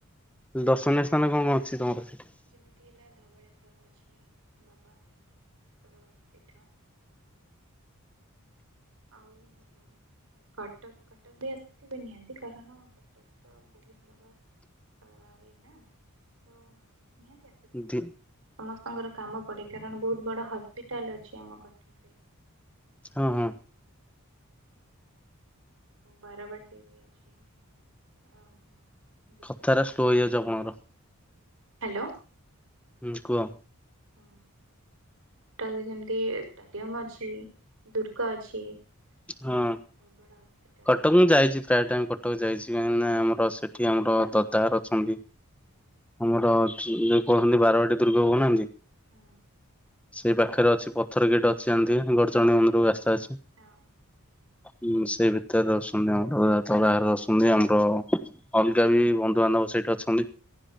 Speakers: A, in the centre; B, on the right.
A: ଦର୍ଶନୀୟ ସ୍ତାନ କଣ କଣ ଅଛି? ତମର ସେଠି।
B: ଯେମିତି ହେଲା ଧବଳେଶ୍ୱର ବାବାଙ୍କର ପୀଠ। ଆଉ କଟକ୍ କଟକ ବି ଆସିଥିବେ ନିହାତି କାରଣ କଟକ ତ ବହୁତ୍ ବଡ଼ ଇଏ ନା ତ ନିହାତି ଆସଥିବେ।
A: ଦି
B: ସମସ୍ତଙ୍କର କାମ ପଡ଼େ କାରଣ ବହୁତ ବଡ଼ ହସ୍ପିଟାଲ ଅଛି ଆମ କଟକରେ।
A: ହଁ ହଁ।
B: ବାର ବାଟି ବି ଅଛି ଆଉ ଦୁର୍ଗା
A: କଥାରା
B: ବି ଅଛି
A: ସ୍ଲୋ ହେଇଯାଉଚି ଆପଣଙ୍କର।
B: ହ୍ୟାଲୋ।
A: ହୁଁ କୁହ।
B: ହୁଁ କଟକ ବି ଯେମତି ଷ୍ଟାଡିୟମ୍ ଅଛି। ଦୁର୍ ଗ ଅଛି,
A: ହଁ
B: ଆଉ ବହୁତ୍ ବଡ ହସ୍ପିଟାଲ୍
A: କଟକ
B: ବି
A: ମୁଁ
B: ଅଛି।
A: ଯାଇଛି ପ୍ରାୟ ଟାଇମ୍ କଟକ ଯାଇଚି କାହିଁକିନା ଆମର ସେଠି ଆମର ଦଦାଘର ଅଛନ୍ତି। ଆମର ଏଠି, ଜଉ କହୁନାହାଁନ୍ତି ବାରବାଟୀ ଦୁର୍ଗ କହୁନାହାଁନ୍ତି
B: ହୁଁ।
A: ସେଇ ପାଖରେ ଅଛି ପଥର ଗେଟ୍ ଅଛି ଜାଣିଥିବେ ଗଡଚଣ୍ଡି ମନ୍ଦିରକୁ ରାସ୍ତା ଅଛି।
B: ହଁ।
A: ହୁଁ ସେଇ ଭିତରେ ରହୁସନ୍ତି, ଆମର ଦଦାଘର ରହୁସନ୍ତି ଆମର ଅଲଗା ବି ବନ୍ଧୁବାନ୍ଧବ ସେଇଠି ଅଛନ୍ତି।